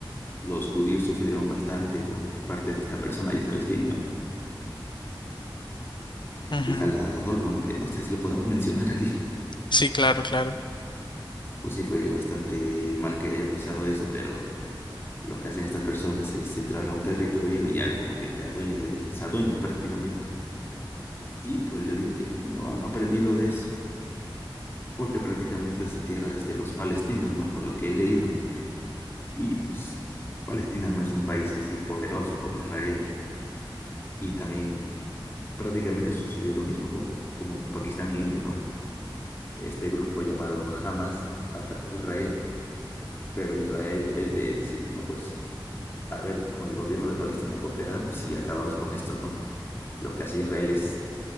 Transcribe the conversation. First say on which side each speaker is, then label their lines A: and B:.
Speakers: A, on the left (about 30°); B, on the left (about 60°).
A: Los judíos sufrieron bastante por parte de esta persona, ya sabes quién, ¿no?
B: Ujú.
A: El tal Adolfo, ¿no? Que no sé si lo podemos <laughs> mencionar aquí.
B: Sí, claro, claro.
A: Pues sí, fue bastante mal que hayan pasado eso, pero lo que hacen estas personas es entrar a un territorio y ya como que te adueñas de él, se adueñan prácticamente. Y pues yo digo que no han aprendido de eso, porque prácticamente esta tierra es de los palestinos, ¿no? Por lo que he leído. ¿no? Y pues Palestina no es un país así poderoso como Israel. Y también prácticamente sucedió lo mismo con como Pakistán e India, ¿no? este grupo llamado Hamas atacó a Israel, pero Israel en vez de decir, no, pues a ver, con el gobierno de Palestina cooperamos y acabamos con estos, ¿no? Lo que hace Israel es